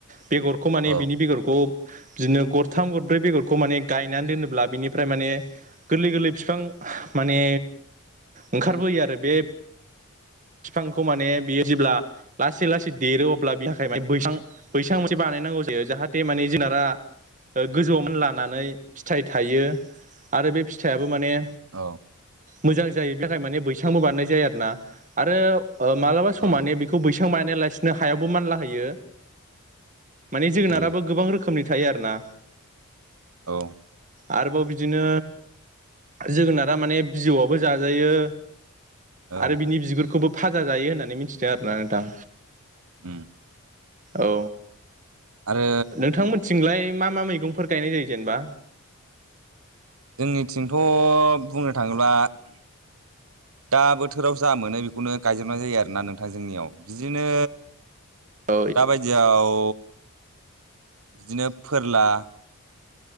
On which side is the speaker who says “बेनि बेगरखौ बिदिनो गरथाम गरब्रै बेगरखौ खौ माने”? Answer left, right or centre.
Right